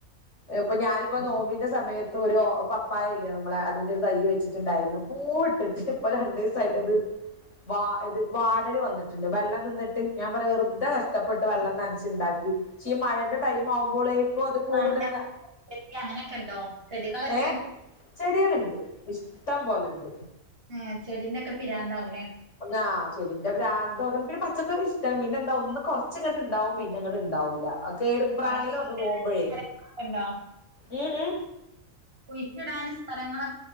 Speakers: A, on the left (about 55°); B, on the right (about 45°).
A: ഇപ്പൊ ഞാനും. ഇപ്പൊ നോമ്പിന്റെ സമയത്ത് ഒരു പപ്പായല്ലേ നമ്മളെ അതിന്റെ ഒരു തൈ വെച്ചിട്ടുണ്ടായിരുന്നു പൂ ഇട്ടിട്ട്. ഇപ്പ രണ്ടീസായിട്ടത്. വാ ഇത് വാടല് വന്നിട്ടുണ്ട് വെള്ളം നിന്നിട്ട്. ഞാൻ പറയാ വെുതെ കഷ്ടപ്പെട്ട് വെള്ളം തനച്ച്ണ്ടാക്കി. പക്ഷെ ഈ മഴന്റെ. ടൈമ് ആവുമ്പോളേക്കോ അത് പൂവ്ട്ആണ്.
B: അങ്ങനെ അങ്ങനെയൊക്കെ ഉണ്ടോ ചെടികളൊക്കെ
A: ഏ ചെടിയള്ണ്ട് ഇഷ്ടം പോലെണ്ട്.
B: ആ ചെടിന്റെക്കെ പിരാന്താവല്ലേ.
A: ആ ചെടിന്റെ പ്രാന്തോ <unintelligible> പിന്നെ പച്ചക്കറി ഇഷ്ട പിന്നെന്താ ഒന്ന് കൊറച്ചങ്ങട്ട് ഇണ്ടാവും പിന്നെ അങ്ങട്ണ്ടാവൂല. കേടും പ്രാണിയള്
B: അവിടെ കുഴിച്ചിടാൻ
A: വന്ന് പോകുമ്പോഴേ
B: സ്ഥലങ്ങളൊക്കെ ഉണ്ടോ
A: ഉ, ഉ
B: കുഴിച്ചിടാന് സ്ഥലങ്ങളൊ